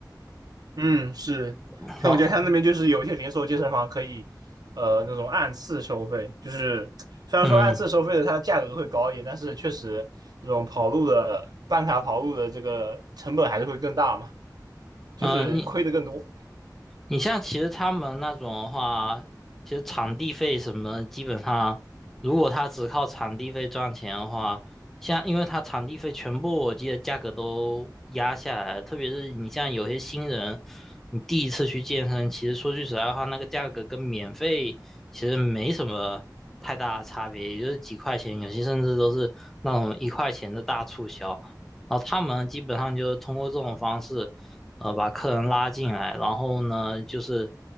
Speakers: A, on the right (about 65°); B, in the centre.
A: 嗯，是，
B: 好，
A: 像我家得他那边就是有一些连锁健身房可以，呃，那种按次收费，就是虽然说按次收费的它价格会高一点，
B: 嗯
A: 但是确实这种跑路的办卡跑路的这个成本还是会更大嘛，就是亏的更多。
B: 嗯、呃你你像其实他们那种的话，其实场地费什么的基本上如果他只靠场地费赚钱的话，像因为他场地费全部我记得价格都压下来了特别是你像有些新人，你第一次去健身，其实说句实在话，那个价格跟免费其实没什么太大的差别，也就是几块钱，有些甚至都是那种一块钱的大促销。然后他们基本上就是通过这种方式。呃，把客人拉进来，然后呢，就是